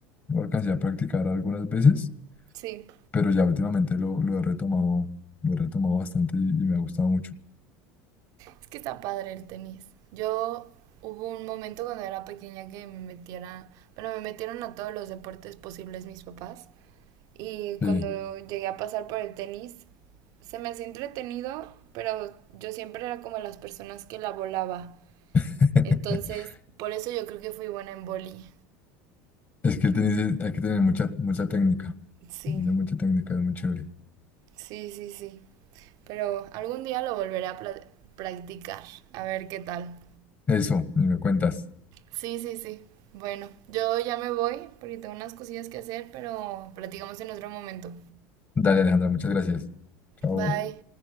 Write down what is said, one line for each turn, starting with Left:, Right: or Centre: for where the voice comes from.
Left: lo alcancé a practicar algunas veces,
Right: sí,
Left: pero ya últimamente lo, lo he retomado, lo he retomado bastante y, y me ha gustado mucho.
Right: es que está padre el tenis. Yo hubo un momento cuando era pequeña que me metiera, bueno, me metieron a todos los deportes posibles mis papás. Y cuando
Left: Sí.
Right: llegué a pasar por el tenis, se me hacía entretenido, pero yo siempre era como las personas que la volaba.
Left: <laughs>
Right: Entonces, por eso yo creo que fui buena en boli.
Left: Es que el tenis es- hay que tener mucha, mucha técnica.
Right: Sí,
Left: Es de mucha técnica, es muy chévere.
Right: sí, sí, sí. Pero algún día lo volveré a pla- practicar, a ver qué tal.
Left: Eso, me cuentas.
Right: Sí, sí, sí. Bueno, yo ya me voy porque tengo unas cosillas que hacer, pero platicamos en otro momento.
Left: Dale, Alejandra, muchas gracias. Chao.
Right: Bye.